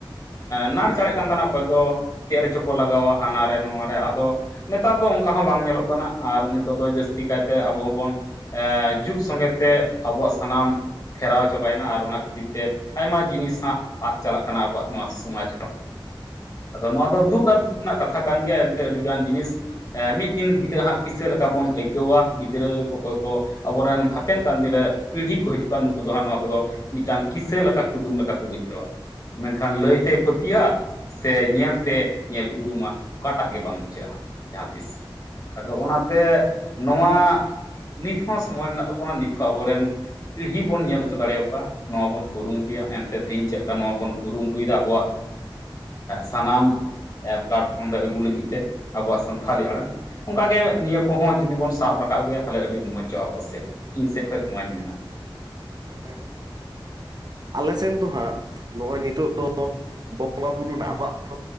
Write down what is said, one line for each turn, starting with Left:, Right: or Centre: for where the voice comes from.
Left: ᱱᱟᱲ ᱪᱟᱬᱮᱜ ᱠᱟᱱ ᱛᱟᱦᱮᱸᱱᱟ ᱚᱠᱚᱭ ᱫᱚ ᱪᱮᱫ ᱨᱮᱪᱚ ᱠᱚ ᱞᱟᱜᱟᱣᱟ ᱦᱟᱱᱟ ᱨᱮ ᱱᱚᱣᱟ ᱨᱮ ᱟᱫᱚ ᱱᱮᱛᱟᱨ ᱫᱚ ᱚᱱᱠᱟ ᱦᱚᱸ ᱵᱟᱝ ᱧᱮᱞᱚᱜ ᱠᱟᱱᱟ ᱟᱨ ᱱᱤᱛᱚᱜ ᱫᱚ ᱡᱟᱹᱥᱛᱤ ᱠᱟᱭᱛᱮ ᱟᱵᱚ ᱦᱚᱸᱵᱚᱱ ᱮ ᱡᱩᱜᱽ ᱥᱚᱸᱜᱮ ᱛᱮ ᱟᱵᱚᱣᱟᱜ ᱥᱟᱱᱟᱢ ᱯᱷᱮᱨᱟᱣ ᱪᱟᱵᱟᱭᱮᱱᱟ ᱟᱨ ᱚᱱᱟ ᱠᱷᱟᱹᱛᱤᱨ ᱛᱮ ᱟᱭᱢᱟ ᱡᱤᱱᱤᱥ ᱦᱟᱜ ᱟᱫ ᱪᱟᱞᱟᱜ ᱠᱟᱱᱟ ᱟᱵᱚᱣᱟᱜ ᱱᱚᱣᱟ ᱥᱚᱢᱟᱡᱽ ᱠᱷᱚᱱ ᱟᱫᱚ ᱱᱚᱣᱟ ᱫᱚ ᱫᱩᱠ ᱟᱨ ᱫᱩᱠ ᱨᱮᱱᱟᱜ ᱠᱟᱛᱷᱟ ᱠᱟᱱ ᱜᱮᱭᱟ ᱮᱱᱛᱮ ᱟᱹᱰᱤᱜᱟᱱ ᱡᱤᱱᱤᱥ ᱢᱤᱫ ᱫᱤᱱ ᱦᱤᱞᱳᱜ ᱦᱟᱸᱜ ᱠᱤᱥᱟᱹ ᱞᱮᱠᱟ ᱵᱚᱱ ᱟᱹᱭᱠᱟᱹᱣᱟ ᱜᱤᱫᱽᱨᱟᱹ ᱚᱠᱚᱭ ᱠᱚ ᱟᱵᱚᱨᱮᱱ ᱦᱟᱯᱮᱱ ᱠᱟᱱ ᱫᱤᱱ ᱨᱮ ᱯᱤᱲᱦᱤ ᱠᱚ ᱦᱤᱡᱩᱜ ᱠᱟᱱ ᱱᱩᱠᱩ ᱫᱚ ᱦᱟᱸᱜ ᱱᱚᱣᱟ ᱠᱚᱫᱚ ᱢᱤᱫᱴᱟᱝ ᱠᱤᱥᱟᱹ ᱞᱮᱠᱟ ᱠᱩᱫᱩᱢ ᱞᱮᱠᱟ ᱠᱚ ᱵᱩᱡᱷᱟᱹᱣᱟ ᱢᱮᱱᱠᱷᱟᱱ ᱞᱟᱹᱭᱛᱮᱭ ᱯᱟᱹᱛᱭᱟᱹᱜᱼᱟ ᱥᱮ ᱧᱮᱞᱛᱮ ᱧᱮᱞ ᱩᱨᱩᱢᱟ ᱚᱠᱟᱴᱟᱜ ᱜᱮ ᱵᱟᱝ ᱵᱩᱡᱷᱟᱹᱜᱼᱟ ᱦᱟᱸᱜ ᱡᱟᱦᱟᱸᱛᱤᱥ ᱟᱫᱚ ᱚᱱᱟᱛᱮ ᱱᱚᱣᱟ ᱱᱤᱛ ᱦᱚᱸ ᱥᱚᱢᱚᱭ ᱢᱮᱱᱟᱜ ᱛᱟᱵᱚᱱᱟ ᱱᱤᱛ ᱦᱚᱸ ᱟᱵᱚᱨᱮᱱ ᱯᱤᱲᱦᱤ ᱵᱚᱱ ᱧᱮᱞ ᱦᱚᱪᱚ ᱫᱟᱲᱮ ᱟᱠᱚᱣᱟ ᱱᱚᱣᱟ ᱵᱚᱱ ᱠᱩᱨᱩᱢᱩᱴᱩᱭᱟ ᱮᱱᱛᱮ ᱛᱤᱦᱤᱧ ᱞᱮᱠᱟ ᱱᱚᱣᱟ ᱵᱚᱱ ᱠᱩᱨᱩᱢᱩᱴᱩᱭᱮᱫᱟ ᱟᱵᱚᱣᱟᱜ ᱥᱟᱱᱟᱢ ᱯᱞᱟᱴᱯᱷᱨᱚᱢ ᱨᱮ ᱟᱹᱜᱩ ᱞᱟᱹᱜᱤᱫ ᱛᱮ ᱟᱵᱚᱣᱟᱜ ᱥᱟᱱᱛᱷᱟᱞᱤ ᱟᱲᱟᱝ ᱚᱱᱠᱟ ᱜᱮ ᱱᱤᱭᱟᱹ ᱠᱚᱦᱚᱸ ᱡᱩᱫᱤ ᱵᱚᱱ ᱥᱟᱵ ᱨᱟᱠᱟᱵ ᱟᱹᱜᱩᱭᱟ ᱛᱟᱦᱚᱞᱮ ᱟᱹᱰᱤ ᱢᱚᱸᱪᱚᱜᱼᱟ ᱟᱯᱟᱥᱮᱫ ᱤᱧ ᱥᱮᱫ ᱠᱷᱚᱡ ᱱᱚᱣᱟᱧ ᱢᱮᱱᱟ
Right: ᱦᱮᱸ ᱟᱞᱮ ᱥᱮᱱ ᱫᱚ ᱦᱟᱸᱜ ᱱᱚᱜᱼᱚᱭ ᱱᱤᱛᱚᱜ ᱫᱚ ᱵᱚᱸᱜᱟ ᱵᱩᱨᱩ ᱨᱮᱱᱟᱜ ᱟᱵᱚᱣᱟᱜ ᱚ